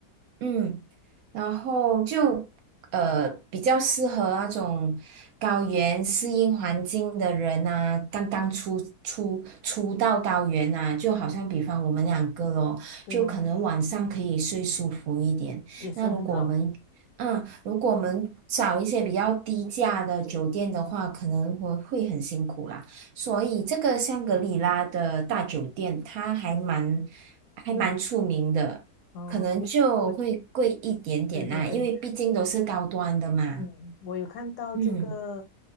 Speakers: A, on the right; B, on the left.
A: 嗯。然后就呃比较适合那种高原适应环境的人呐，刚刚出出出到高原啊，就好像比方我们两个咯，
B: 哦，是咯，
A: 就可能晚上可以睡舒服一点。
B: 也是很好，
A: 那如果我们嗯，如果我们找一些比较低价的酒店的话，可能会会很辛苦啦。所以这个香格里拉的大酒店，它还蛮还蛮出名的。
B: 嗯，哦，
A: 可能就会贵一点点啦，
B: 我我对对对。
A: 因为毕竟都是高端的嘛。
B: 嗯，我有看到这个
A: 嗯，